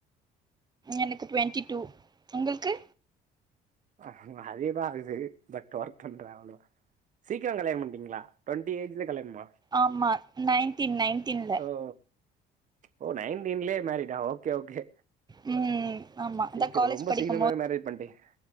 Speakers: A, on the right; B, on the right.
A: எனக்கு ட்வெண்ட்டி டூ உங்களுக்கு
B: ஆ அதேதா ஆகுது பட் ஒர்க் பண்ற அவ்ளதா சீக்கிர கல்யாண பண்டீங்ளா டுவெண்டி ஏஜ்ல கல்யாணமா
A: ஆமா நைன்டீன் நைன்டீன்ல
B: ஓ ஓ நயன்டின்லயே மேரிடா ஓகே ஓகே
A: ம் ஆமா அதா
B: சீக்கிர
A: காலேஜ்
B: ரொம்ப
A: படிக்கும்
B: சீக்கிரமாவே
A: போது
B: மேரேட் பண்டீங்க